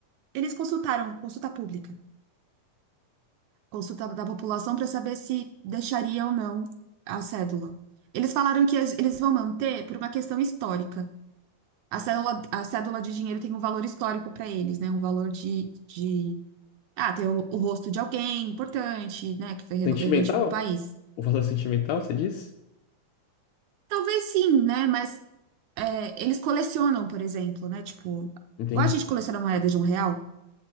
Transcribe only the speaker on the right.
eles consultaram, consulta pública, consulta da população para saber se deixaria ou não a cédula. Eles falaram que eles eles vão manter por uma questão histórica. A cédula, a cédula de dinheiro tem um valor histórico para eles, né? Um valor de, de... Ah, ter o, o rosto de alguém importante, né? Que foi relevante
para o país.
Talvez sim, né? Mas é, eles colecionam, por exemplo, né? Tipo,
igual a gente coleciona moeda de um real.